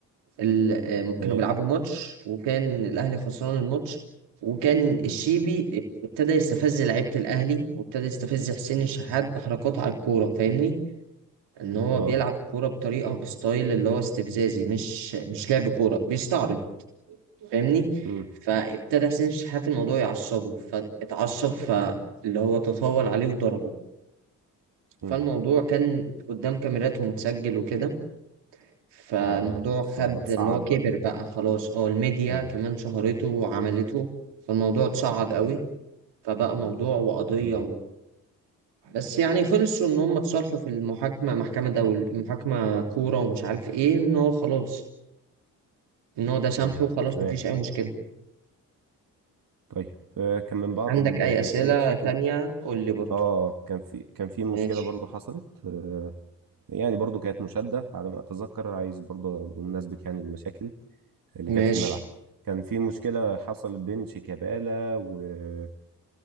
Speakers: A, on the right; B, on the right.
A: ال- آه،
B: تمام
A: كانوا بيلعبوا ماتش وكان الاهلي خسران الماتش وكان الشيبي ابتدى يستفز لعيبه الاهلي وابتدى يستفز حسين الشحات بحركات على الكوره فاهمني ان هو
B: اه
A: بيلعب كوره بطريقه بستايل اللي هو استفزازي مش مش لعب كوره بيستعرض فاهمني
B: امم
A: فابتدى حسين الشحات الموضوع يعصبه فاتعصب فاللي هو تطاول عليه وضربه فالموضوع
B: امم
A: كان قدام كاميرات ومتسجل وكده فالموضوع
B: اه فتصعد
A: خد اللي هو كبر
B: بقى
A: بقى خلاص اه الميديا
B: امم
A: كمان شهرته وعملته فالموضوع اتصعد قوي فبقى موضوع وقضية
B: امم
A: و... بس يعني خلصوا ان هم اتصالحوا في المحاكمة محكمة دول محاكمة كورة ومش عارف ايه ان هو خلاص ان هو ده سامحه
B: امم
A: وخلاص
B: تمام
A: مفيش اي مشكلة
B: طيب آه، كان من بعض
A: عندك
B: اللي
A: اي
B: يعني
A: اسئلة
B: في مشاكل
A: تانية قول لي برضه
B: اه كان في كان في مشكله
A: ماشي
B: برضو حصلت آه، يعني برضو كانت مشاده على ما اتذكر عايز برضو بمناسبه يعني المشاكل اللي
A: ماشي
B: كانت في الملعب كان في مشكله حصل بين شيكابالا والمدرب